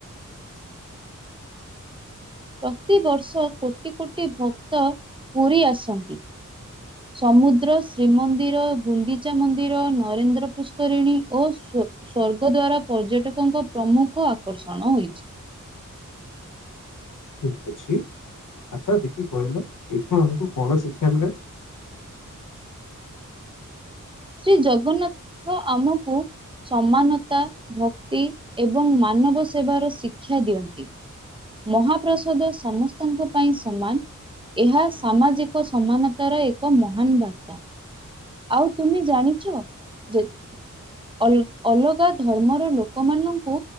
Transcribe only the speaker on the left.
ଠିକ ଅଛି। ଆଚ୍ଛା ଦେଖି କହିଲ ଏଇଠୁ ଆମକୁ କଣ ଶିକ୍ଷା ମିଳେ?